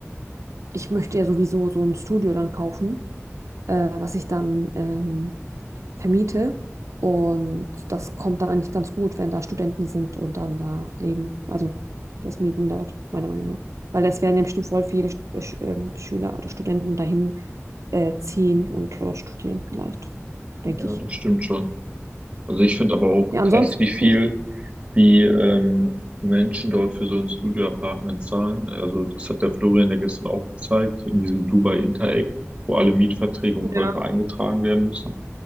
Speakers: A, on the right; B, on the right.
A: ich möchte ja sowieso so ein Studio dann kaufen, äh, was ich dann ähm, vermiete. Und das kommt dann eigentlich ganz gut, wenn da Studenten sind und dann da leben. Also das Mieten dort, meiner Meinung nach. Weil es werden ja bestimmt voll viele Sch- äh, Sch- ähm, Schüler oder Studenten dahin äh, ziehen und dort studieren, vielleicht, denke
B: Ja,
A: ich.
B: das stimmt schon. Also ich finde aber auch
A: Ja,
B: krass,
A: ansonsten
B: wie viel
A: nicht
B: die ähm, Menschen dort für so ein Studio-Apartment zahlen. Also das hat der Florian ja gestern auch gezeigt, in diesem Dubai Interact, wo alle Mietverträge und
A: mehr
B: Käufe eingetragen werden müssen.